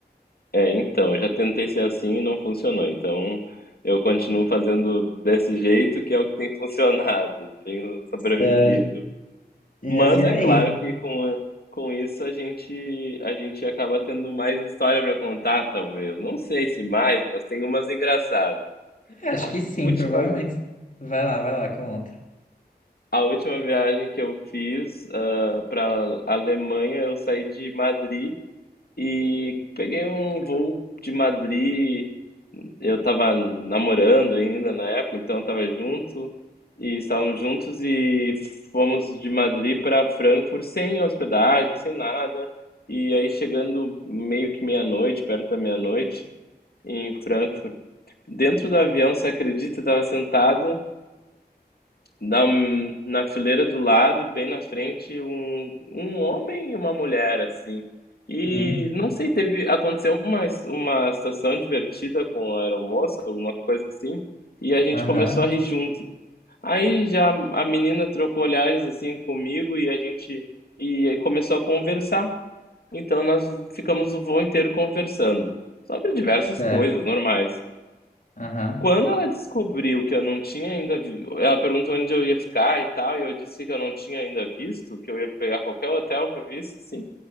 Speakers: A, on the left; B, on the left.
A: É, então, eu já tentei ser assim e não funcionou. Então, eu continuo fazendo desse jeito, que é o que tem <laughs> funcionado. Tenho sobrevivido.
B: Certo. Mas
A: Mas
B: e aí?
A: é claro que com, com isso a gente a gente acaba tendo mais história para contar, talvez. Não sei se mais, mas tem umas engraçadas.
B: É, Acho
A: A
B: que sim,
A: última
B: provavelmente.
A: vez.
B: Vai lá, vai lá, conta.
A: A última viagem que eu fiz, para Alemanha, eu saí de Madrid e peguei um voo de Madrid. Eu estava namorando ainda na época, então estava junto e estávamos juntos e fomos de Madrid para Frankfurt sem hospedagem, sem nada. E aí chegando meio que meia-noite, perto da meia-noite, em Frankfurt, dentro do avião, você acredita, eu estava sentado Dá um na fileira do lado, bem na frente, um um homem e uma mulher, assim. E
B: Hum,
A: não sei, teve aconteceu uma uma situação divertida com a aeromoça, alguma coisa assim, e a gente
B: Aham,
A: começou a rir junto. Aí já a menina trocou olhares, assim, comigo e a gente e aí começou a conversar. Então nós ficamos o voo inteiro conversando sobre diversas
B: certo.
A: coisas normais.
B: Aham,
A: Quando ela descobriu que eu não tinha ainda vi ela perguntou onde eu ia ficar e tal, e eu disse que eu não tinha ainda visto, que eu ia pegar qualquer hotel que eu visse, sim.